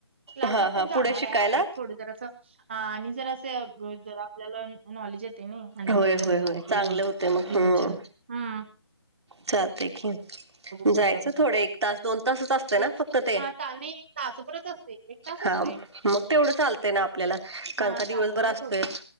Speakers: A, on the right (about 25°); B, on the right (about 75°).
A: क्लासला
B: हा हा
A: पण जाणार
B: पुढे शिकायला
A: आहे अक थोड जर असं आणि जर असं जर आपल्याला नॉलेज य ते नाही आणि
B: होय
A: एकदा जरा
B: होय होय
A: झालं की
B: चांगले होते मग
A: रिव्हजन
B: हम्म
A: ह
B: चालते कि
A: पुढच्या
B: जायचं
A: महिन्यात
B: थोड एक
A: जायचं
B: तास दोन तासच असत
A: तेच
B: ना फक्त ते
A: हा ता नाही एक तासभरच असते एक तास
B: हा
A: असते
B: मग तेवढं चालत ना आपल्याला कांका
A: हा
B: दिवसभर
A: तासभरच
B: असतोय
A: होतो